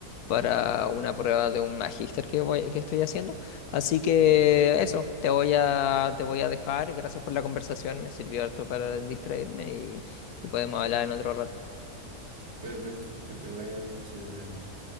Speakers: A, on the left; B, on the right.
A: para una prueba de un magíster que voy, que estoy haciendo. Así que eso, te voy a, te voy a dejar. Gracias por la conversación, me sirvió harto para distraerme y, y podemos hablar en otro rato.
B: Perfecto, que te vaya bien chido, Germán.